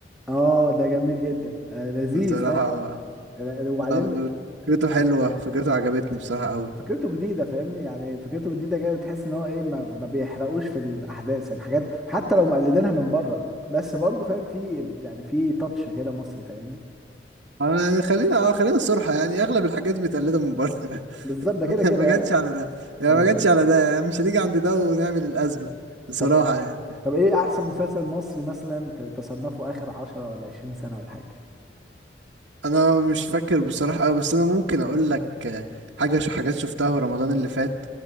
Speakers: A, in the centre; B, on the right.
A: اه ده جميل جدا آه لذيذ
B: بصراحة
A: فاهم آه، وبعدين
B: آه، فكرته حلوة
A: بعدين
B: فكرته عجبتني بصراحة قوي
A: فكرته جديده فاهمني يعني فكرته جديده جايه وتحس ان هو ايه ما, ما بيحرقوش في الاحداث يعني حاجات حتى لو مقلدينها من بره بس برضه فاهم في يعني في تاتش كده مصري فاهمني
B: آه، يعني خلينا اه خلينا الصراحة يعني اغلب الحاجات متقلدة من بره
A: بالظبط
B: <laughs>
A: ده كده كده
B: ما جاتش
A: يعني
B: على ده يعني
A: بالظبط
B: ما جاتش على ده يعني مش هنيجي عند ده ونعمل الأزمة بصراحة
A: طب إيه-
B: يعني
A: طب ايه احسن مسلسل مصري مثلا ت- تصنفه اخر 10 ولا 20 سنه ولا حاجه
B: انا مش فاكر بصراحة قوي بس انا ممكن اقول لك آه، حاجة شو حاجات شفتها في رمضان اللي فات